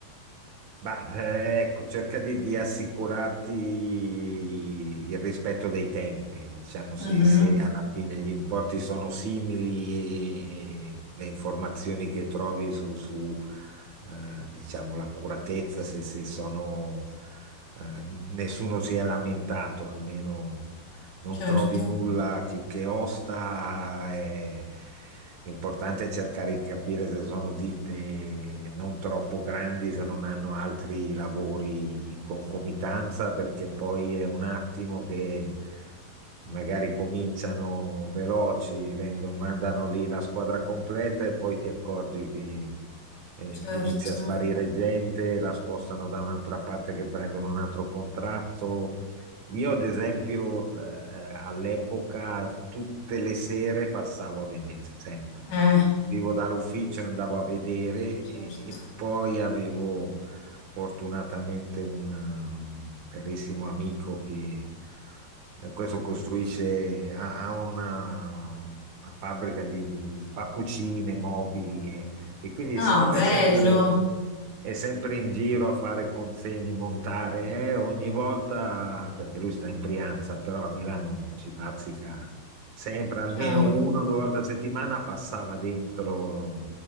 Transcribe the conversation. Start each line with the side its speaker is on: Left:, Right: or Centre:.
Right: Bah, eh, ecco, cerca di, di assicurarti il rispetto dei tempi, diciamo, se,
Left: Mhm,
Right: se alla fine gli importi sono simili e, e le informazioni che trovi su, su, eh, diciamo, l'accuratezza, se, se sono, eh, nessuno si è lamentato, almeno non
Left: certo,
Right: trovi nulla che, che osta. eh, L'importante è cercare di capire se sono ditte non troppo grandi, se non hanno altri lavori in concomitanza, perché poi è un attimo che magari cominciano veloci, vengono- mandano lì la squadra completa e poi ti accorgi che eh,
Left: certo,
Right: inizia a sparire gente, la spostano da un'altra parte che prendono un altro contratto io, ad esempio, eh, eh, all'epoca tutte le sere passavo a vedere, sempre.
Left: eh,
Right: Vivo dall'ufficio, e andavo a vedere
Left: certo.
Right: e, e poi avevo fortunatamente un, un carissimo amico che eh, questo costruisce, ha, ha una, una fabbrica di, di fa cucine, mobili e, e quindi
Left: Ah,
Right: siccome
Left: bello,
Right: è sempre è sempre in giro a fare consegne in montare, eh, ogni volta, perché lui sta in Brianza, però a Milano ci bazzica sempre, almeno
Left: chiaro.
Right: uno o due volte a settimana passava dentro